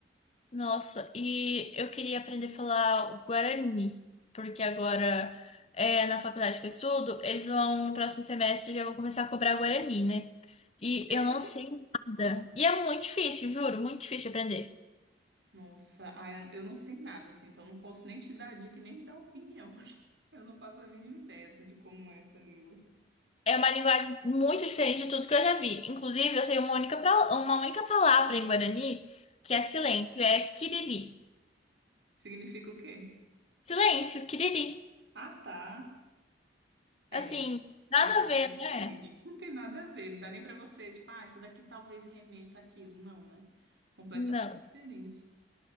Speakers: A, on the left (about 35°); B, on the right (about 70°).
A: Nossa, e eu queria aprender a falar o guarani, porque agora é, na faculdade que eu estudo, eles vão no próximo semestre já vão começar a cobrar guarani, né? E
B: Sério?
A: eu não sei nada. E é muito difícil, juro, muito difícil de aprender.
B: Nossa, ah, eu eu não sei nada, assim, então não posso nem te dar dica e nem te dar opinião, <laughs> porque eu não faço a mínima ideia, assim, de como é essa língua.
A: É uma linguagem muito diferente de tudo que eu já vi. Inclusive, eu sei uma única, pra- uma única palavra em Guarani que é silêncio, é kiriri.
B: Significa o quê?
A: Silêncio, kiriri.
B: Ah, tá. É,
A: Assim, nada
B: é, bem-
A: a ver,
B: é diferente.
A: né?
B: <laughs> Não tem nada a ver. Não dá nem para você, tipo, ah, isso daqui talvez remeta àquilo. Não, né? Completamente
A: Não.
B: diferente.